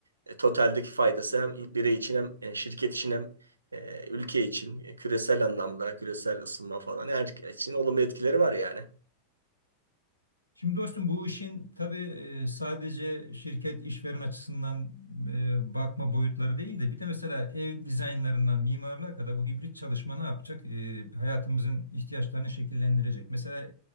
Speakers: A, on the right; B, on the left.
A: e, totaldeki faydası hem birey için hem e, şirket için hem e, ülke için e, küresel anlamda küresel ısınma falan her için olumlu etkileri var yani.
B: Şimdi dostum bu işin tabii e, sadece şirket işveren açısından e, bakma boyutları değil de bir de mesela ev dizaynlarından mimarlığa kadar bu hibrit çalışma ne yapacak? E, Hayatımızın ihtiyaçlarını şekillendirecek. Mesela